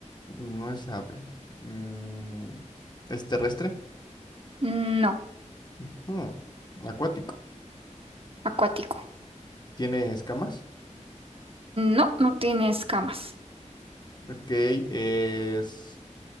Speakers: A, on the left (about 35°); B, on the right (about 45°).
A: No es ave. Mm, ¿es terrestre?
B: No.
A: Ujú. Acuático.
B: Acuático.
A: ¿Tiene escamas?
B: No, no tiene escamas.
A: Ok, es